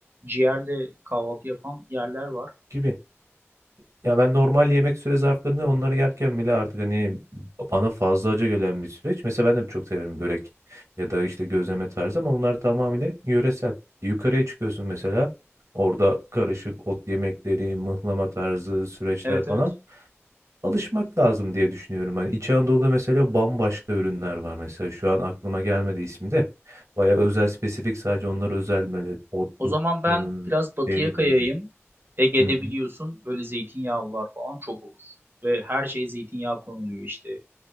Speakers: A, on the right (about 50°); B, on the right (about 85°).
A: ciğerle kahvaltı yapan yerler var.
B: gibi. Ya ben normal yemek süre zarflarını onları yerken bile artık hani bana fazla acı gelen bir süreç. Mesela ben de çok severim börek ya da işte gözleme tarzı ama bunlar tamamıyla yöresel. Yukarıya çıkıyorsun mesela orada karışık ot yemekleri, mıhlama tarzı süreçler
A: Evet
B: falan
A: evet.
B: alışmak lazım diye düşünüyorum. Hani İç Anadolu'da mesela bambaşka ürünler var. Mesela şu an aklıma gelmedi ismi de. Baya özel, spesifik sadece onlar özel böyle otlu
A: O zaman ben
B: ıı,
A: biraz batıya
B: peynir
A: kayayım.
B: neydi?
A: Ege'de
B: Hı hı.
A: biliyorsun böyle zeytinyağlılar falan çok olur. Ve her şeye zeytinyağı konuluyor işte.